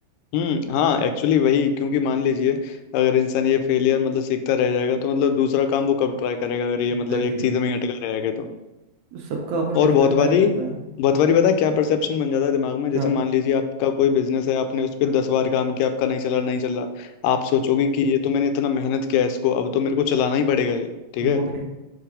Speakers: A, on the left; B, on the right.
A: हम्म हाँ एक्चुअली वही क्योंकि मान लीजिए अगर इंसान ये फेलियर मतलब सीखता रह जाएगा तो मतलब दूसरा काम वो कब ट्राई करेगा अगर ये मतलब
B: Exactly
A: एक चीज में ही अटका रहेगा
B: exactly. सबका अपना
A: और
B: डिफरेंट
A: बहुत बारी
B: टाइप होता है
A: बहुत बारी पता है क्या परसेप्शन बन जाता है दिमाग में
B: क्या
A: जैसे मान लीजिए आपका कोई बिजनेस है आपने उस पर दस बार काम किया आपका नहीं चला नहीं चला आप सोचोगे कि ये तो मैंने इतना मेहनत किया है इसको अब तो मेरे को चलाना ही पड़ेगा ये ठीक है
B: वही